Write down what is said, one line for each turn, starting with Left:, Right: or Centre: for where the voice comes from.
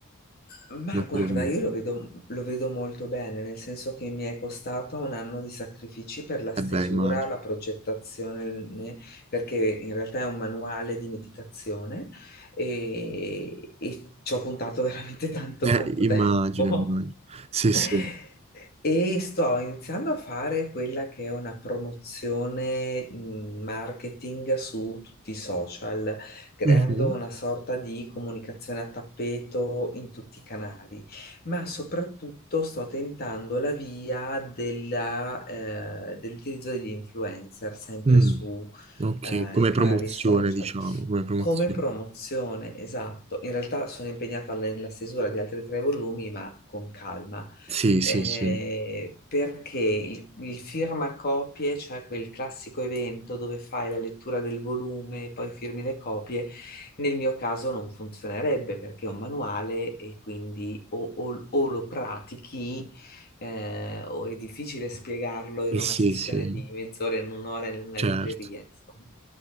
Left: Ma
Right: come
Left: guarda,
Right: te lo vedi?
Left: io lo vedo, lo vedo molto bene, nel senso che mi è costato un anno di sacrifici per la stesura,
Right: Eh beh, immagino.
Left: la progettazione, ne- perché in realtà è un manuale di meditazione e, e ci ho puntato <laughs> veramente tanto,
Right: Eh,
Left: tanto
Right: immagino,
Left: tempo.
Right: immagino. Sì,
Left: <laughs>
Right: sì.
Left: E sto iniziando a fare quella che è una promozione mh, marketing su tutti i social, creando
Right: Mhm.
Left: una sorta di comunicazione a tappeto in tutti i canali, ma soprattutto sto tentando la via della, eh, dell'utilizzo degli influencer sempre
Right: Mm.
Left: su,
Right: Ok,
Left: eh,
Right: come
Left: i canali
Right: promozione,
Left: social.
Right: diciamo, come promozione.
Left: Come promozione, esatto. In realtà sono impegnata alla- nella stesura di altri tre volumi, ma con calma,
Right: Sì, sì,
Left: Eh,
Right: sì.
Left: perché il, il firmacopie, cioè quel classico evento dove fai la lettura del volume e poi firmi le copie, nel mio caso non funzionerebbe perché è un manuale e quindi o o- o lo pratichi eh, o è difficile spiegarlo in
Right: Eh,
Left: una
Right: sì,
Left: sessione
Right: sì,
Left: di mezz'ora, in un'ora in una
Right: certo.
Left: libreria, insomma.